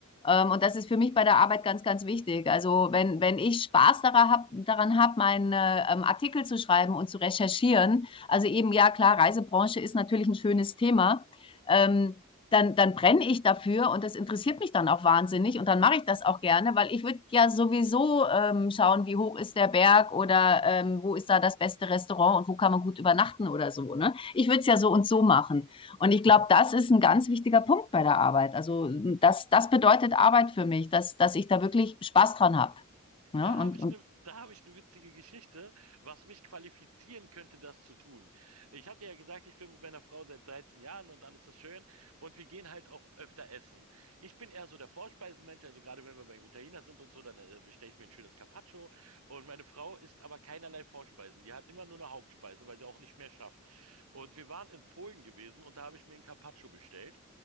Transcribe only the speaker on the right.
da habe
ich
eine, da habe ich eine witzige Geschichte, was mich qualifizieren könnte, das zu tun. Ich hatte ja gesagt, ich bin mit meiner Frau seit 13 Jahren und alles ist schön und wir gehen halt auch öfter essen. Ich bin eher so der Vorspeisenmensch, also gerade wenn wir beim Italiener sind und so, dann äh, bestelle ich mir ein schönes Carpaccio und meine Frau isst aber keinerlei Vorspeisen. Die hat immer nur eine Hauptspeise, weil sie auch nicht mehr schafft. Und wir waren in Polen gewesen und da habe ich mir ein Carpaccio bestellt.